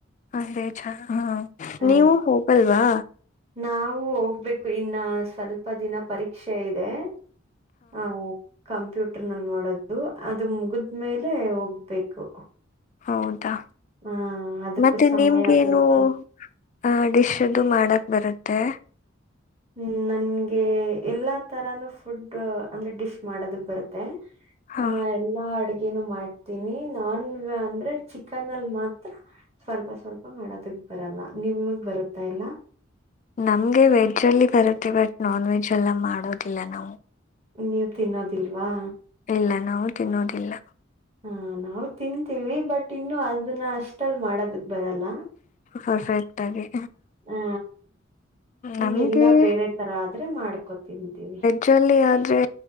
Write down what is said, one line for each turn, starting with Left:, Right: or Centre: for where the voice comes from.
Left: ಅದೇ ಚ ಹ
Right: ಆ
Left: ನೀವು ಹೋಗಲ್ವಾ
Right: ನಾವು ಹೋಗ್ಬೇಕು ಇನ್ನ ಸ್ವಲ್ಪ ದಿನ ಪರೀಕ್ಷೆ ಇದೆ ಹಾ ಕ ಕಂಪ್ಯೂಟರ್ ನಲ್ಲಿ ನೋಡೋದು ಅದು ಮುಗಿದ್ಮೇಲೆ ಹೋಗ್ಬೇಕು
Left: ಹೌದಾ
Right: ಆ ಅದಕ್ಕೂ
Left: ಮತ್ತೆ
Right: ಸಮಯ
Left: ನಿಮ್ಗೇನು
Right: ಬೇಕು
Left: ಆಹ ಡಿಶ್ ಮಾಡಕ್ ಬರುತ್ತೆ
Right: ಹ್ಮ್ ನನ್ಗೆ ಎಲ್ಲಾ ತರಾನು ಫುಡ್ ಅಂದ್ರೆ ಡಿಶ್ ಮಾಡೋದಕ್ ಬರುತ್ತೆ
Left: ಹಾ
Right: ಹ ಎಲ್ಲಾ ಅಡ್ಗೆನು ಮಾಡ್ತೀನಿ ನಾನ್ ಅಂದ್ರೆ ಚಿಕನ್ ಅಲ್ ಮಾತ್ರ ಸ್ವಲ್ಪ ಸ್ವಲ್ಪ ಮಾಡೋದಕ್ ಬರಲ್ಲ ನಿಮಗ್ ಬರುತ್ತಾ ಇಲ್ಲ
Left: ನಮ್ಗೆ ವೆಜ್ ಅಲ್ಲಿ ಬರುತ್ತೆ ಬಟ್ ನಾನ್ ವೆಜ್ ಎಲ್ಲ ಮಾಡೋದಿಲ್ಲ ನಾವು
Right: ನೀವು ತಿನ್ನೋದಿಲ್ವಾ
Left: ಇಲ್ಲ ನಾವು ತಿನ್ನೋದಿಲ್ಲ
Right: ಹ ನಾವು ತಿಂತೀವಿ ಬಟ್ ಇನ್ನು ಅದನ್ನ ಅಷ್ಟ ಲ್ ಮಾಡೋದಕ್ ಬರಲ್ಲ
Left: ಪರ್ಫೆಕ್ಟ್ ಆಗಿ
Right: ಹ ಇನ್ನ
Left: ನಮ್ಗೆ
Right: ಎಲ್ಲಾ ಬೇರೆ ತರ ಆದ್ರೆ ಮಾಡ್ಕೊ ತಿಂತೀವಿ
Left: ಜಲ್ಲಿ ಆದರೆ